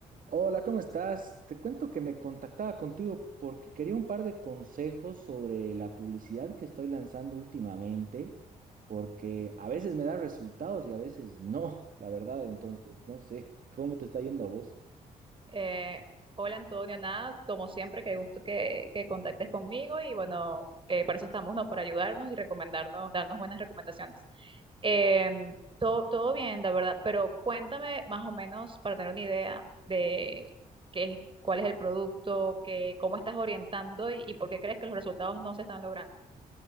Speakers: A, on the right; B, on the right.
A: Hola, ¿cómo estás? Te cuento que me contactaba contigo porque quería un par de consejos sobre la publicidad que estoy lanzando últimamente, porque a veces me da resultados y a veces no, la verdad, entonces no sé cómo te está yendo a vos.
B: Eh, hola Antonio, nada, como siempre, qué gusto que, que contactes conmigo y bueno, eh, para eso estamos, ¿no? Para ayudarnos y recomendarnos, darnos buenas recomendaciones. Eh, todo, todo bien, la verdad, pero cuéntame más o menos para tener una idea de qué es, cuál es el producto, qué, cómo estás orientando y, y por qué crees que los resultados no se están logrando.